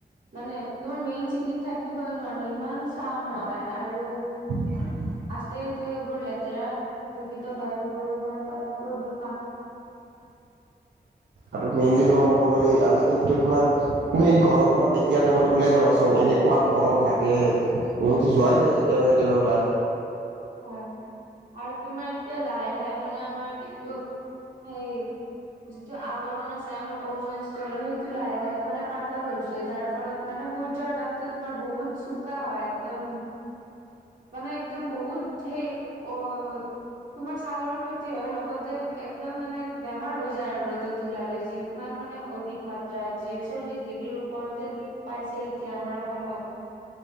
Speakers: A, on the right; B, on the right.
A: মানে তোমাৰ মেইন চিটিত থাকিবই নোৱাৰি ইমান চাউণ্ড হয় আৰু
B: <inaudible>
A: আছেতো এইবোৰ লেতেৰা দূষিত বায়ুবোৰৰ পৰা প্ৰদ-প্ৰদূষণ
B: আৰু মেইনলি তোমাৰ কব গ'লে আজিকালিতো তোমাৰ তুমি এই গৰমত এতিয়া টাইমত ওলাই যাবাচোন এনেকুৱা গৰম লাগে মোৰতো
A: উম
B: যোৱাই চাই কেতিয়াবা কেতিয়াবা ওলায়
A: হয়। আৰু তোমাৰ এতিয়া লাহে লাহে মানে আমাৰ এইটো হেৰি যিটো আৱৰণ আছে আমাৰ ওজন স্তৰৰ সেই টো লাহে লাহে মানে পাতল হৈছে। যাৰ ফলত মানে সূৰ্যৰ তাপটো তোমাৰ বহুত চোকা হয় একদম মানে একদম বহুত সেই অ তোমাৰ ছালৰ ক্ষতি হয় লগতে একদম মানে বেমাৰ হৈ যায় আৰু ৰ'দত ওলালে। যিমান মানে অধিক মাত্ৰা যিয়ে চল্লিশ ডিগ্ৰীৰ ওপৰতে পাইছে এতিয়া আমাৰ অসমত।